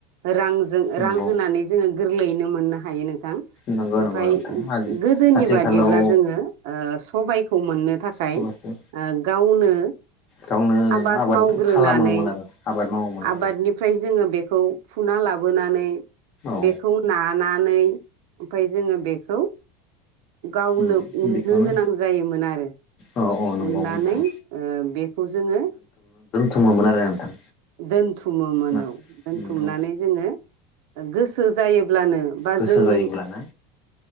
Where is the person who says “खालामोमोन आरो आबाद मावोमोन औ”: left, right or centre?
Left